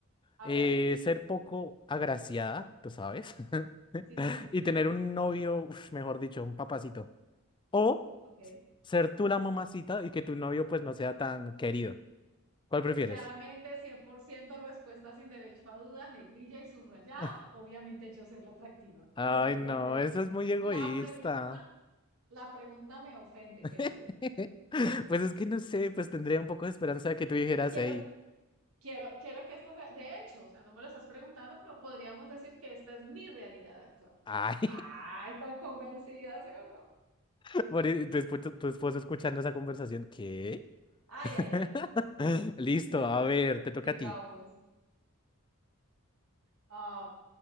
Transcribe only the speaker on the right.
A
ver.
Sí, sí, sí.
Ok.
Claramente, 100% respuesta sin derecho a duda, negrilla y subrayada.
Obviamente yo ser la atractiva.
Por Dios,
la pregu-
la pregunta La pregunta me ofende,
querido.
Quiero,
quiero, quiero que esto sea, de hecho, o sea, no me lo estás preguntando, pero podríamos decir que esta es mi realidad actual.
Ay, tan convencida, ¿sí o no?
Ay,
ay, ay.
Listo,
digamos.
Ah,